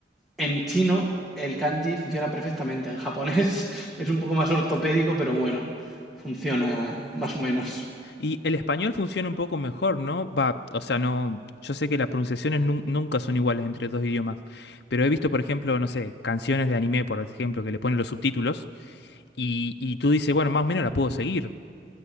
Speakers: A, in the centre; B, on the left (about 65°).
A: en chino, el kanji funciona perfectamente. En japonés <laughs> es un poco más ortopédico, pero bueno, funciona más o menos.
B: Y el español funciona un poco mejor, ¿no? Va, o sea, no, yo sé que las pronunciaciones nun- nunca son iguales entre dos idiomas, pero he visto, por ejemplo, no sé, canciones de anime, por ejemplo, que le ponen los subtítulos y, y tú dices, bueno, más o menos la puedo seguir.